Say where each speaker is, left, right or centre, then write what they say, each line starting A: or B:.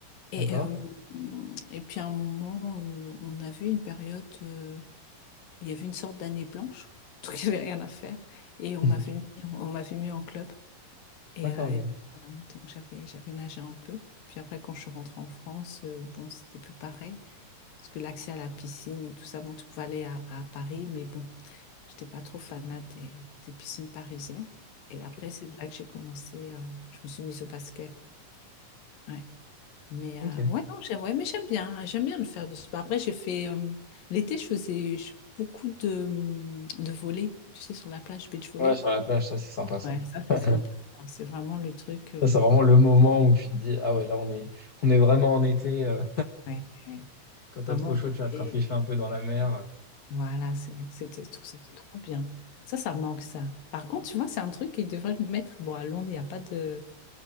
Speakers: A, on the left (about 80°); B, on the left (about 45°).
A: Et,
B: d'accord?
A: euh, et puis à un moment, euh, on avait une période, euh, il y avait une sorte d'année blanche, <laughs> donc il n'y avait rien à faire. Et on
B: <laughs>
A: m'avait mis, on m'avait mis en club. Et,
B: D'accord,
A: euh,
B: ok.
A: et voilà, donc j'avais, j'avais nagé un peu. Puis après, quand je suis rentrée en France, euh, bon, c'était plus pareil. Parce que l'accès à la piscine et tout ça, bon, tu pouvais aller à, à Paris, mais bon, j'étais pas trop fanat des, des piscines parisiennes. Et
B: Ok.
A: après, c'est là que j'ai commencé, euh, je me suis mise au basket. Ouais. Mais
B: Ok.
A: euh, ouais, non, j'aime, ouais, mais j'aime bien, hein, j'aime bien le faire du sport. Après, j'ai fait euh, l'été, je faisais je- beaucoup de, hum, de volley, tu sais, sur la plage, beach volley.
B: Ouais, sur la plage, ça, c'est sympa ça.
A: Ouais, ça, c'est
B: <laughs>
A: sympa. Alors, C'est vraiment le truc, euh,
B: Ça, c'est vraiment le moment où tu te dis, ah ouais, là, on est, on est vraiment en été. euh,
A: ouais, ouais.
B: quand t'as
A: vraiment
B: trop chaud,
A: d'été.
B: tu vas te rafraîchir un peu dans la mer. <laughs>
A: Voilà, c'est- c'était trop, c'était trop bien. Ça, ça manque, ça. Par contre, tu vois, c'est un truc qu'ils devraient le mettre. Bon, à Londres, il n'y a pas de,